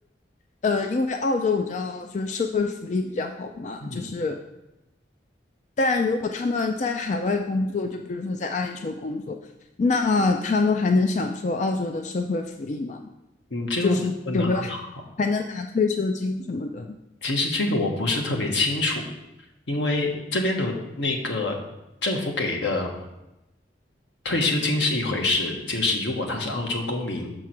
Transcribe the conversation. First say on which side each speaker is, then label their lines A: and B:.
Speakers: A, on the left (about 40°); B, on the left (about 75°).
A: 呃，因为澳洲我知道就是社会福利比较好嘛，
B: 嗯，
A: 就是，但如果他们在海外工作，就比如说在阿联酋工作，那他们还能享受澳洲的社会福利吗？
B: 嗯，这个问题问的很好。
A: 就是有没有还还能拿退休金什么的？
B: 其实这个我不是特别清楚，因为这边的那个政府给的退休金是一回事，就是如果他是澳洲公民，